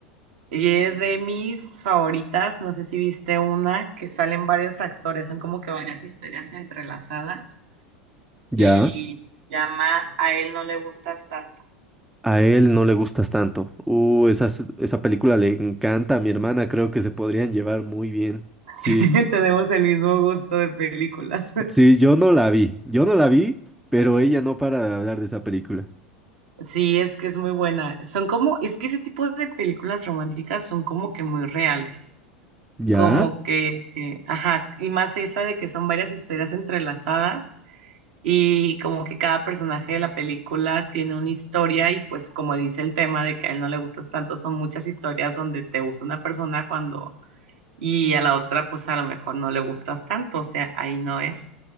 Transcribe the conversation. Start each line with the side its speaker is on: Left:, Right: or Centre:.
Right: Y es de mis favoritas, no sé si viste una, que salen varios actores, son como que varias historias entrelazadas,
Centre: Ya.
Right: y llama A él no le gustas tanto.
Centre: A él no le gustas tanto. Uh, esa, esa película le encanta a mi hermana, creo que se podrían llevar muy bien.
Right: <laughs>
Centre: Sí,
Right: Tenemos el mismo gusto de películas. <laughs>
Centre: sí, yo no la vi, yo no la vi, pero ella no para de hablar de esa película.
Right: Sí, es que es muy buena. Son como, es que ese tipo de películas románticas son como que muy reales,
Centre: Ya.
Right: como que, eh, ajá, y más esa de que son varias historias entrelazadas y como que cada personaje de la película tiene una historia y pues como dice el tema de que a él no le gustas tanto, son muchas historias donde te usa una persona cuando y a la otra pues a lo mejor no le gustas tanto, o sea, ahí no es.